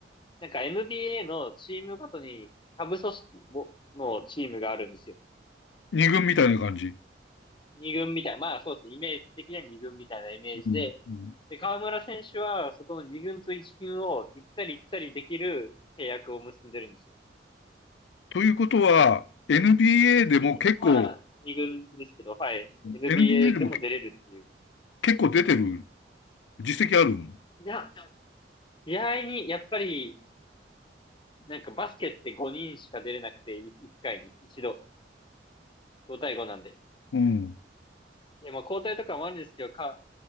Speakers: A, on the left; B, on the left.
A: なんか NBA のチームごとに下部組織も、のチームがあるんですよ。
B: 二軍みたいな感じ。
A: 二軍みたいな、まあそうですね、イメージ的には二軍みたいなイメージで、
B: うん。うん
A: で、河村選手はそこの二軍と一軍を行ったり来たりできる契約を結んでるんですよ。
B: ということは、NBA でも結構、
A: 基本は二軍ですけど、はい。NBA
B: NBA でも
A: でも出れるっていう。
B: 結構出てる実績ある。
A: いや、試合に、やっぱり、なんかバスケって5人しか出れなくて、1回に、一度、5対5なんで。
B: うん。
A: で、まあ交代とかもあるんですけど、か